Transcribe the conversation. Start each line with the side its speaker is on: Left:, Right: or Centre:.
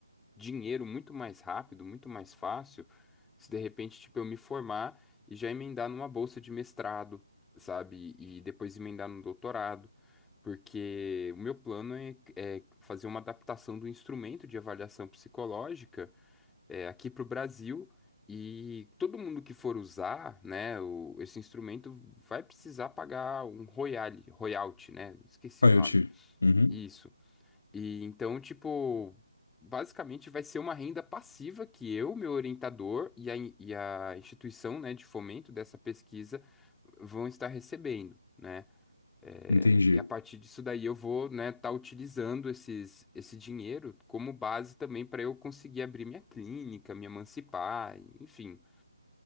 Centre: dinheiro muito mais rápido, muito mais fácil, se de repente, tipo, eu me formar e já emendar numa bolsa de mestrado, sabe? E depois emendar no doutorado, porque o meu plano é, é fazer uma adaptação do instrumento de avaliação psicológica é, aqui para o Brasil. E todo mundo que for usar, né, o- esse instrumento vai precisar pagar um royale, royalty, né? Esqueci
Left: Ah,
Centre: o nome.
Left: eu te. Uhum,
Centre: Isso. E então, tipo, basicamente vai ser uma renda passiva que eu, meu orientador e a, in- e a instituição, né, de fomento dessa pesquisa vão estar recebendo, né? É,
Left: entendi.
Centre: e a partir disso daí eu vou, né, estar utilizando esses, esse dinheiro como base também para eu conseguir abrir minha clínica, me emancipar, enfim.